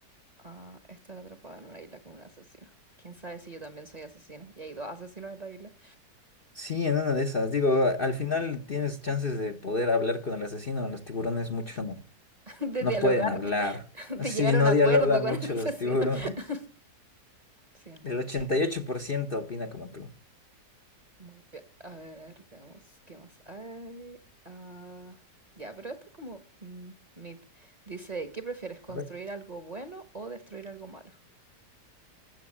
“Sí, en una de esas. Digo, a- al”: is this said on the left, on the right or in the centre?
Left